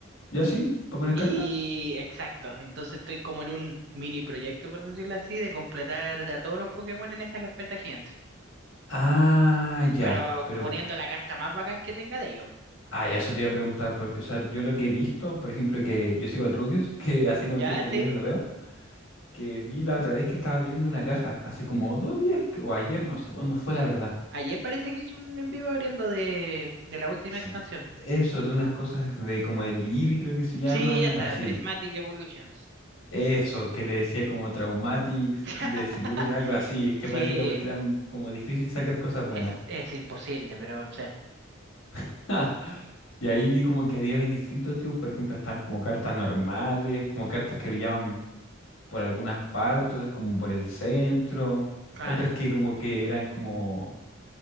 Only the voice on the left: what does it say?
¿ya sí? ¿Para poner
carta?
Ah, ya.
Pero
Ah, ya eso te iba a preguntar, porque, o sea, yo lo que he visto, por ejemplo, que yo sigo el Rubius, <laughs> que así
con tiempo
libre lo veo, que vi la otra vez que estaba abriendo una caja, hace como dos días, que- o ayer, no sé cuándo fue la verdad.
Sí.
Eso, de unas cosas de como el Libby, creo que se llaman,
así.
Eso, que le decía como Traumatics,
Desillusion, algo así, que
parece que era porque eran como difícil sacar cosas buenas.
<laughs> Y ahí vi como que había bien distintos tipos, por ejemplo, están como cartas normales, como cartas que brillaban por algunas partes, otras como por el centro,
otras que como que eran como,